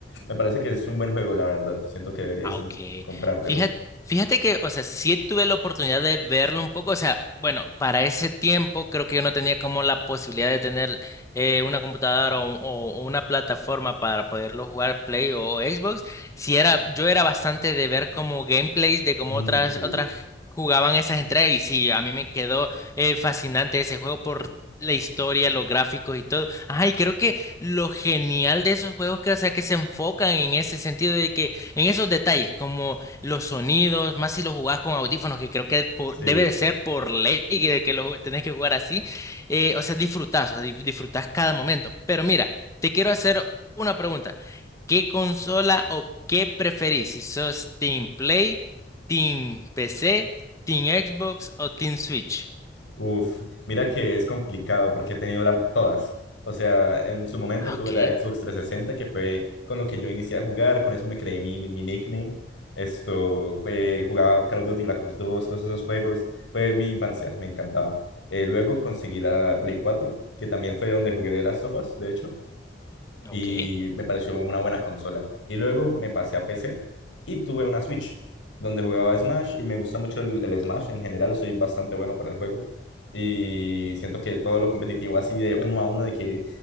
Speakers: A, on the left; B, on the left.
A: me parece que es un buen juego, la verdad. Siento que deberías
B: Aunque,
A: in- comprártelo.
B: fíjate, fíjate que, o sea, sí tuve la oportunidad de verlo un poco, o sea, bueno, para ese tiempo creo que yo no tenía como la posibilidad de tener eh, una computadora o, o- una plataforma para poderlo jugar Play o, o Xbox. Si era, yo era bastante de ver como gameplays de cómo
A: Mm,
B: otras,
A: sí,
B: otras jugaban esas entregas y sí, a mí me quedó eh, fascinante ese juego por la historia, los gráficos y todo. Ay, creo que lo genial de esos juegos que, o sea, que se enfocan en ese sentido de que en esos detalles, como los sonidos, más si lo jugás con audífonos, que creo que por-
A: sí.
B: debe de ser por ley <laughs> que, que lo tenés que jugar así, eh, o sea, disfrutás, o sea, dif- disfrutás cada momento. Pero mira, te quiero hacer una pregunta. ¿Qué consola o qué preferís? Si sos Team Play, Team PC, Team Xbox o Team Switch.
A: Uf, mira que es complicado porque he tenido la- todas. O sea, en su momento
B: Ah,
A: tuve
B: ok,
A: la Xbox 360, que fue con lo que yo inicié a jugar, con eso me creé mi, mi nickname. Esto, fue- jugaba Call of Duty Black Ops 2, todos esos juegos. Fue mi infancia, me encantaba. Eh, luego conseguí la Play 4, que también fue donde jugué de Last of Us, de hecho y
B: ok,
A: me pareció una buena consola. Y luego me pasé a PC y tuve una Switch donde jugaba Smash y me gusta mucho el, el Smash en general, soy bastante bueno para el juego y siento que todo lo competitivo así de uno a uno, de que